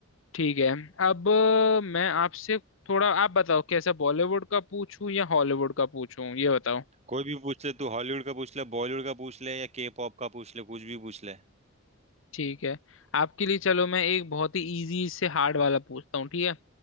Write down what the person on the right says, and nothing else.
कोई भी पूछ ले तू हॉलीवुड का पूछ ले बॉलीवुड का पूछ ले या के पॉप का पूछ ले कुछ भी पूछ ले